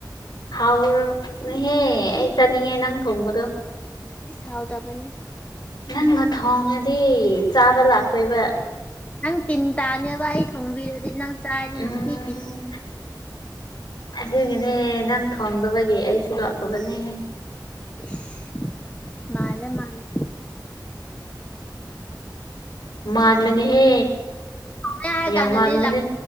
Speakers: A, on the left (about 60°); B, on the left (about 15°).
A: ꯍꯥꯎꯔꯨꯝꯅꯤꯍꯦ ꯑꯩ ꯆꯥꯅꯤꯡꯉꯦ ꯅꯪ ꯊꯣꯡꯕꯗꯣ
B: ꯏꯁ ꯍꯥꯎꯇꯥꯕꯅꯦ ꯁ
A: ꯅꯪꯅ ꯊꯣꯡꯉꯗꯤ ꯆꯥꯕ ꯂꯥꯛꯇꯣꯏꯕ
B: ꯅꯪ ꯇꯤꯟ ꯇꯥꯅꯦꯕ ꯑꯩ ꯊꯣꯡꯕꯤꯔꯗꯤ ꯅꯪ ꯆꯥꯏꯔꯤ
A: ꯎꯝ
B: ꯅꯨꯡꯇꯤ ꯇꯤꯟ
A: ꯑꯗꯨꯒꯤꯅꯦ ꯅꯪ ꯊꯣꯡꯗꯕꯒꯤ ꯑꯩꯁꯨ ꯂꯥꯛꯇꯕꯅꯦ
B: ꯏꯁ ꯃꯥꯜꯂꯦ ꯃꯥꯜꯂꯦ
A: ꯃꯥꯥꯟꯕꯅꯦꯍꯦ
B: ꯍꯥꯏꯔ
A: ꯌꯥꯝ
B: ꯀꯥꯟꯗꯗꯤ
A: ꯃꯥꯥꯟꯕꯅꯦ